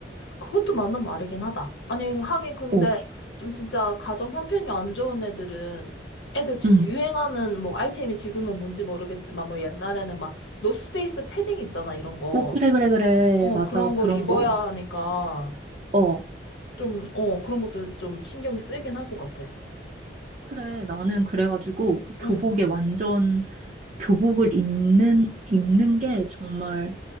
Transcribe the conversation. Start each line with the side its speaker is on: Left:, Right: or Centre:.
Left: 그것도 맞는 말이긴 하다. 아니, 하긴 근데
Right: 어,
Left: 좀 진짜 가정 형편이 안 좋은 애들은 애들 지금
Right: 응.
Left: 유행하는 뭐 아이템이 지금은 뭔지 모르겠지만 뭐 옛날에는 막 노스페이스 패딩 있잖아, 이런 거.
Right: 어, 그래, 그래, 그래.
Left: 어,
Right: 맞아.
Left: 그런 걸
Right: 그런
Left: 입어야
Right: 거.
Left: 하니까
Right: 어.
Left: 좀, 어, 그런 것도 좀 신경이 쓰이긴 할 것 같아.
Right: 그래, 나는 그래가지고 교복에
Left: 응,
Right: 완전 교복을 입는 입는 게 정말